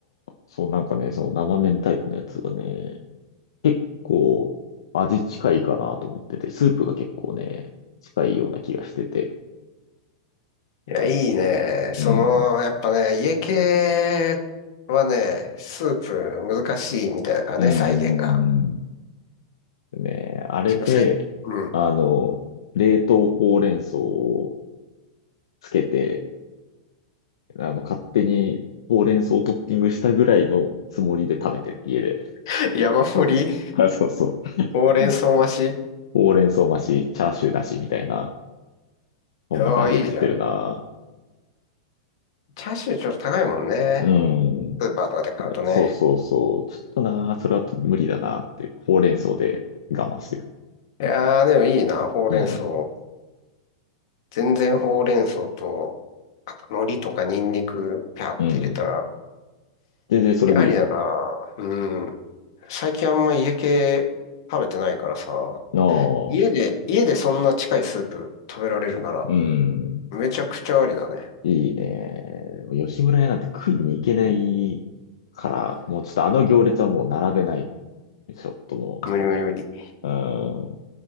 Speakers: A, on the left; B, on the left.
A: そうなんかね、その生麺タイプのやつがね、結構味近いかなと思ってて、スープが結構ね、近いような気がしてて。
B: いや、いいね。その、
A: うん。
B: やっぱね、家系はね、スープ難しいみたいだからね、
A: うん。
B: 再現が。
A: ね、あれで、
B: しかも最、うん。
A: あの、冷凍ほうれん草をつけて、あの、勝手にほうれん草をトッピングしたぐらいのつもりで食べてる、家で。
B: <laughs> 山盛り、
A: あ、そうそ
B: ほうれん草増し。
A: う。うんほうれん草増し、チャーシューなしみたいな、そんな感じで食ってるな。
B: ああ、いいじゃん。チャーシューちょっと高いもんね。
A: うん。
B: スーパーとかで買うとね。
A: ねそうそうそう。ちょっとな、それは無理だなって、ほうれん草で我慢してる。
B: いやー、でもいいな、ほうれん草。
A: うん。
B: 全然ほうれん草と、あと海苔とかニンニク、ぴゃって入れたら、
A: うん。全然それでいいよね。
B: いやありだな。うん最近あんま家系食べてないからさ、
A: の
B: 家で、家でそんな近いスープ食べられるなら、
A: うん。
B: めちゃくちゃありだね。
A: いいね。でも吉村屋なんて食いに行けないから、もうちょっとあの行列はもう並べない。ちょっとも
B: 無理無理無理。
A: う。うん。だか